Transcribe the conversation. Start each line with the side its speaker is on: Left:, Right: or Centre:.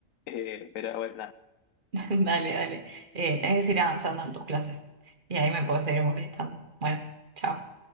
Left: Eh, pero bueno, nada.
Right: <laughs> Dale, dale. Eh, tenés que seguir avanzando en tus clases. Y ahí me puedes seguir molestando. Bueno, chao.